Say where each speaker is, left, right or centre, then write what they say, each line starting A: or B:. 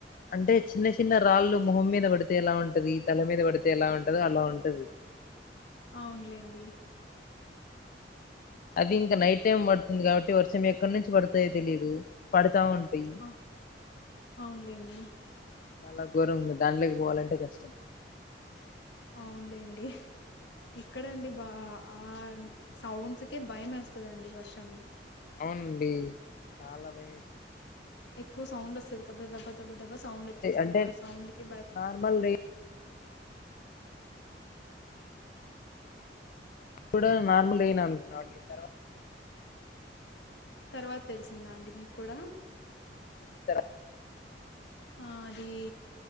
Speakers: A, on the left; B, on the left.
A: అంటే చిన్న చిన్న రాళ్ళు మొహం మీద పడితే ఎలా ఉంటది. తల మీద పడితే ఎలా ఉంటదో అలా ఉంటది.
B: అవునులేండి.
A: అది ఇంకా నైట్ టైం పడుతుంది. కాబట్టి వర్షం ఎక్కడి నుంచి పడుతాయో తెలిదు. పడతా ఉంటా పింక్
B: ఆ, అవునులేండి.
A: చాలా ఘోరం ఉంది. దాంట్లోకి పోవాలంటే కష్టం
B: అవునులేండి. ఇక్కడండి బా ఆ సౌండ్స్కే భయం వేస్తాదండి వర్షము.
A: అవునండి. చాలా భయం వేసింది.
B: ఎక్కువ సౌండ్ వస్తది. కదా దభ దభ దబ్బా దబ్బా సౌండ్ వచ్చేస్తుంది.
A: అంటే
B: ఆ సౌండ్ కి భయ
A: నార్మల్ రెయిన్ కూడా నార్మల్ అయినా <inaudible> తర్వాత
B: తర్వాత తెలిసిందా అండి మీకు కూడా
A: చూస <inaudible>
B: ఆ అది